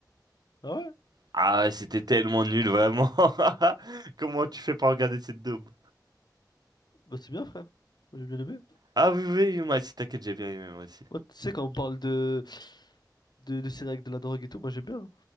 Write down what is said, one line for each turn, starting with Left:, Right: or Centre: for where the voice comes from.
Left: Ah ouais?
Right: Ah, ouais, c'était tellement nul, vraiment. <laughs> Comment tu fais pour regarder cette daube?
Left: Bah, c'est bien, frère. Moi, J'ai bien aimé.
Right: Ah oui, oui, oui, moi aussi, t'inquiète, j'ai bien aimé, moi aussi.
Left: Moi, tu sais, quand on parle de, de, de séries avec de la drogue et tout, moi, j'aime bien. hein.